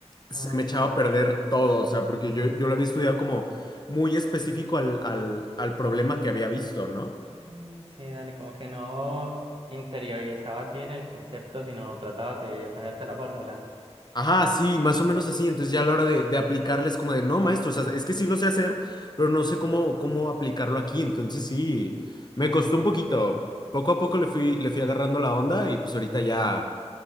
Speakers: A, on the left; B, on the right.
A: se
B: Ah,
A: me
B: ok,
A: echaba
B: dale.
A: a perder todo, o sea, porque yo, yo lo había estudiado como muy específico al, al, al problema que había visto, ¿no?
B: Mm, sí, dale, como que no interiorizabas bien el concepto, sino tratabas de aprenderte la fórmula.
A: Ajá, sí, más o menos así, entonces ya a la hora de, de aplicarla es como de, no, maestro, o sea, es que sí lo sé hacer, pero no sé cómo, cómo aplicarlo aquí, entonces sí, me
B: Mm,
A: costó
B: ok,
A: un poquito,
B: ok,
A: poco a poco le fui, le fui agarrando la onda y pues ahorita ya,